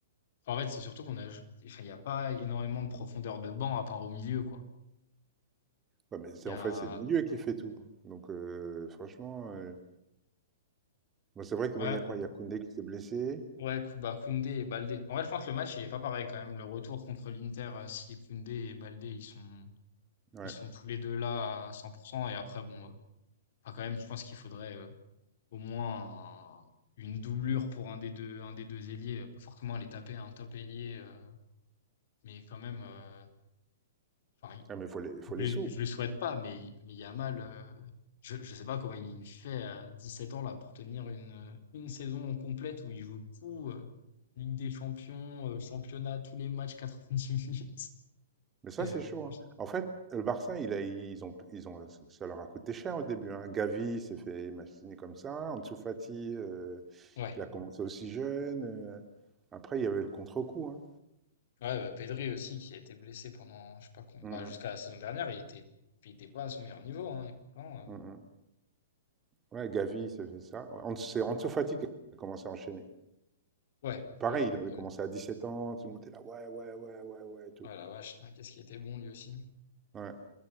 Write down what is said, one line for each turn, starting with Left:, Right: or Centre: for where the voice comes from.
Left: enfin, En fait, c'est surtout qu'on a. Enfin, il n'y a pas énormément de profondeur de banc à part au milieu, quoi.
Right: Ouais, mais c'est
Left: Il y
Right: en
Left: a.
Right: fait, c'est le milieu qui fait tout. Donc, heu, franchement, heu, bon, c'est vrai que
Left: Ouais,
Right: bon, il y a quoi? Il y a Koundé qui s'est blessé.
Left: ouais, Kuba, Koundé et Baldé. En vrai, je pense que le match, il est pas pareil quand même. Le retour contre l'Inter, euh, si Koundé et Baldé, ils sont,
Right: Ouais.
Left: ils sont tous les deux là à 100%. Et après, bon, euh, enfin, quand même, je pense qu'il faudrait euh, au moins un- une doublure pour un des deux, un des deux ailiers. Pas forcément aller taper un top ailier, euh, mais quand même. euh, Enfin,
Right: Ah, mais faut les faut
Left: Je
Right: les
Left: lui,
Right: sous.
Left: je lui souhaite pas, mais, il- mais Yamal, euh, je, je sais pas comment il fait à 17 ans là pour tenir une, euh, une saison complète où il joue tout, euh, Ligue des Champions, euh, championnat, tous les matchs, 90 minutes.
Right: Mais ça,
Left: C'est
Right: c'est
Left: franchement-
Right: chaud, hein.
Left: c'est-
Right: En fait, le Barça, il a ils ont ils ont ça leur a coûté cher au début, hein. Gavi, s'est fait machiner comme ça. Ansu Fati, heu,
Left: Ouais.
Right: il a commencé aussi jeune, heu, après, il y avait le contre-coup, hein.
Left: Ouais, bah, Pedri aussi qui a été blessé pendant, je sais pas combien,
Right: Mmh
Left: bah, jusqu'à
Right: mh.
Left: la saison dernière, il était, il était pas à son meilleur niveau, hein. Et pourtant,
Right: Mmh
Left: euh,
Right: mh. Ouais, Gavi, s'est fait ça. Ouais, Ans c'est Ansu Fati qui a commencé à enchaîner.
Left: ouais,
Right: Pareil,
Left: ouais, ouais,
Right: il avait commencé
Left: ouais,
Right: à 17 ans, tout le monde était là: «Ouais, ouais, ouais, ouais, ouais» et tout.
Left: oh la vache, putain, qu'est-ce qui était bon lui aussi.
Right: Ouais.